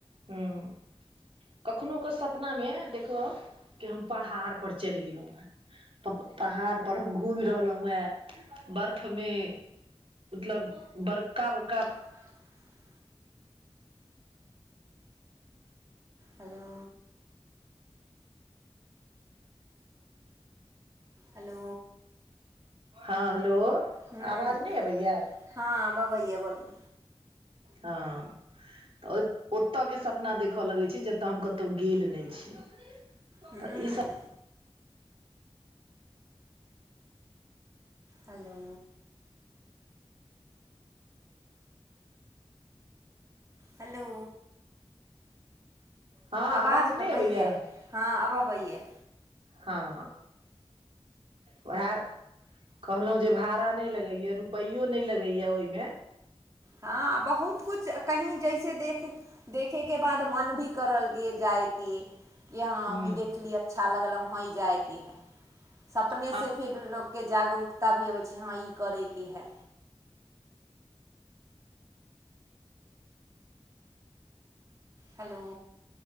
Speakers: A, on the right (about 60°); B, on the right (about 30°).
A: हूँ कखनो के सपना मे देखो कि हम पहाड़ पर चढ़ि गेलहु हें प पहाड़पर हम घूमि रहलहुँ हेँ बर्फमे मतलब बड़का बड़का
B: आ हेलो हेलो
A: हँ हेलो
B: हूँ
A: आवाज नहि अबैय
B: हँ बबैए बलू
A: हँ तऽ ओतय के सपना देखय लगैत छै जतय हम क कतो गेल नई छी
B: हूँ
A: त ई सब
B: हेलो हेलो
A: हँ
B: आवाज
A: नहि
B: कटैये
A: अबैया
B: हँ अब अबैयए
A: हँ उएह कहलहु जे भाड़ा नहि लगैय रुपै नहि लगैया ओहिमे
B: हँ बहुत कुछ कहीं जैसे देखे देखयके बाद मन भी करल कि जायके कि हँ
A: ह
B: हममही देखली अच्छा लगल वँ जाइके हइ सपने
A: हँ
B: से फिर लोक के जागरूकता भी अबै छै हँ ई करैके हइ हेलो